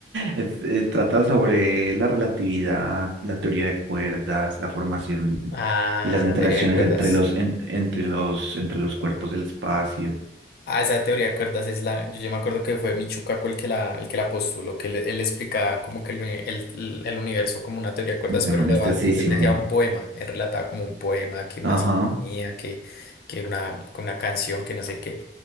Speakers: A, on the right; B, on the left.
A: es- eh, trata sobre la relatividad, la teoría de cuerdas, la formación
B: Ah,
A: y las
B: la
A: interacciones
B: teoría de cuerdas.
A: entre los, en- entre los, entre los cuerpos del espacio.
B: Ah, esa teoría de cuerdas es la. Yo, yo me acuerdo que fue Michio el que la, el que la postuló, que él, él explicaba como que el, uni- el, el universo como una teoría de cuerdas,
A: Y Se
B: pero
A: llama
B: lo-
A: anestesísimo.
B: él decía un poema. Él relataba como un poema, que una
A: Ajá,
B: sinfonía, que, que una, que una canción, que no sé qué.